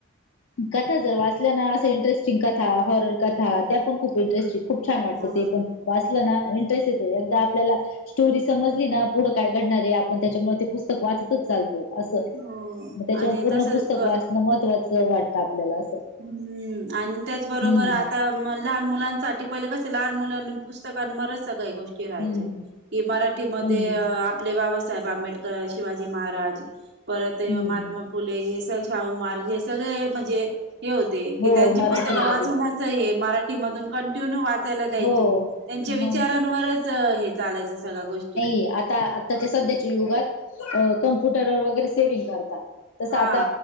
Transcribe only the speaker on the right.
हा
हो
आणि
तसच
ब
हम्म, आणि त्याचबरोबर
आता म लहान मुलांसाठी पहिले कसे, लहान मुलांना पुस्तकांवरच सगळे गो ष्टी रहायच्या,
की मराठीमध्ये
आ पले बाबासाहेब आंबेडकर, शिवाजी महाराज परत ते
महात्मा फुले हे स शाहुमहाराज हे सगळे म्हणजे हे होते की,
त्यांची
पुस्तकं वाचूनच च हे मराठी मधून कंटिन्यू वाचायला द्यायचे,
त्यांच्या विचारांवर
च हे चालायचं सगळ्या गोष्टी.
हा